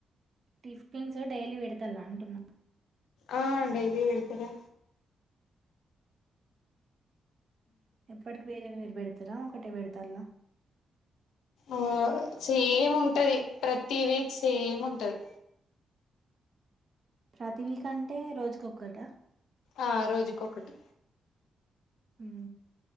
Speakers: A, on the right (about 55°); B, on the left (about 80°).
A: టిఫిన్స్ డైలీ పెడతల అంటున్నా
B: ఆ డైలీ పెడతరే
A: ఎప్పటికి వేరే వేరు పెడతారు తరా ఒకటే పెడుతాల్ల
B: ఆ సేమ్ ఉంటది ప్రతి వీక్ సేమ్ ఉంటది
A: ప్రతి వీక్ అంటే రోజుకొక్కట
B: ఆ రోజుకి ఒకటి
A: హూ